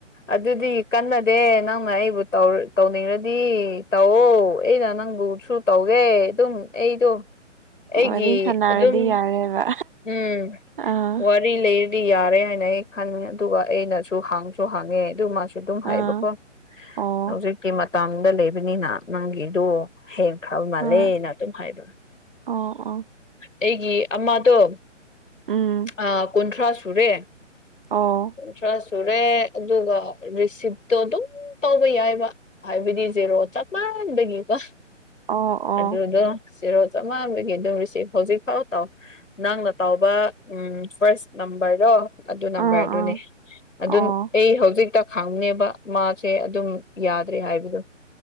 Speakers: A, on the left; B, on the right.
A: ꯑꯗꯨꯗꯤ ꯀꯟꯅꯗꯦ ꯅꯪꯅ ꯑꯩꯕꯨ ꯇꯧꯔ ꯇꯧꯅꯤꯡꯔꯗꯤ ꯇꯧꯑꯣ ꯑꯩꯅ ꯅꯪꯕꯨ ꯁꯨ ꯇꯧꯒꯦ ꯑꯗꯨꯝ ꯑꯩꯗꯣ ꯑꯩꯒꯤ
B: ꯋꯥꯔꯤ ꯁꯥꯟꯅꯔꯗꯤ
A: ꯑꯗꯨꯝ
B: ꯌꯥꯔꯦꯕ
A: ꯍꯨꯝ
B: ꯑꯥ
A: ꯍꯣꯏ ꯀꯔꯤ ꯂꯩꯔꯗꯤ ꯌꯥꯔꯦ ꯍꯥꯏꯅ ꯑꯩ ꯈꯟꯕꯅꯦ ꯑꯗꯨꯒ ꯑꯩꯅꯁꯨ ꯍꯥꯡꯁꯨ ꯍꯥꯡꯉꯦ ꯑꯗꯨ ꯃꯥꯁꯨ ꯁꯤ ꯑꯗꯨꯝ
B: ꯑꯥ
A: ꯍꯥꯏꯕꯀꯣ
B: ꯑꯣ
A: ꯍꯧꯖꯤꯛꯇꯤ ꯃꯇꯥꯝꯗ ꯂꯩꯕꯅꯤꯅ ꯅꯪꯒꯤꯗꯣ ꯍꯦꯡꯈ꯭ꯔꯕ ꯃꯥꯜꯂꯦꯅ
B: ꯍꯣꯏ
A: ꯑꯗꯨꯝ ꯍꯥꯏꯗꯣ
B: ꯑꯣ ꯑꯣ
A: ꯑꯩꯒꯤ ꯑꯃꯗꯣ
B: ꯎꯝ
A: ꯑ ꯀꯨꯟꯊ꯭ꯔꯥ ꯁꯨꯔꯦ
B: ꯑꯣ
A: ꯀꯨꯟꯊ꯭ꯔꯥ ꯁꯨꯨꯔꯦ ꯑꯗꯨꯒ ꯔꯤꯁꯤꯞꯇꯣ ꯑꯗꯨꯝ ꯇꯧꯕ ꯌꯥꯏꯕ ꯍꯥꯏꯕꯗꯤ ꯖꯦꯔꯣ ꯆꯞ ꯃꯥꯟꯕꯒꯤꯀꯣ
B: ꯑꯣ ꯑꯣ
A: ꯑꯗꯨꯗꯣ ꯖꯦꯔꯣ ꯆꯝꯃꯥꯟꯕꯒꯤ ꯑꯗꯨꯝ ꯔꯤꯁꯤꯞ ꯍꯧꯖꯤꯛꯐꯥꯎ ꯇꯧ ꯅꯪꯅ ꯇꯥꯎꯕ ꯎꯝ ꯐꯥꯔꯁ ꯅꯝꯕꯔꯗꯣ ꯑꯗꯨ ꯅꯝꯕꯔꯗꯨꯅꯤ
B: ꯑꯥ
A: ꯑꯗꯨ
B: ꯑꯥ
A: ꯑꯩ ꯍꯧꯖꯤꯛꯇ ꯈꯥꯡꯅꯦꯕ ꯃꯥꯁꯦ ꯑꯗꯨꯝ ꯌꯥꯗ꯭ꯔꯦ ꯍꯥꯏꯕꯗꯣ